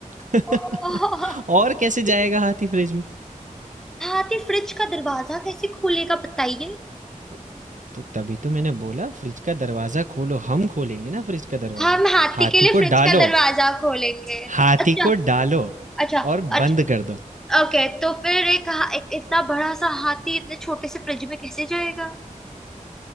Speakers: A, on the right; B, in the centre.
A: <laughs>
B: <laughs> ओह,
A: और कैसे जाएगा हाथी फ्रिज में
B: हाथी फ्रिज का दरवाजा कैसे खोलेगा बताइए
A: तो, तो तभी तो मैंने बोला फ्रिज का दरवाजा खोलो हम खोलेंगे ना फ्रिज का दरवाजा
B: हम हाथी
A: हाथी
B: के लिए
A: को
B: फ्रिज
A: डालो
B: का दरवाजा खोलेंगे
A: हाथी
B: अच्छा
A: को डालो
B: अच्छा
A: और
B: अच्छा
A: बंद कर दो
B: ओके तो फिर एक, हा- एक इतना बड़ा सा हाथी इतने छोटे से फ्रिज में कैसे जाएगा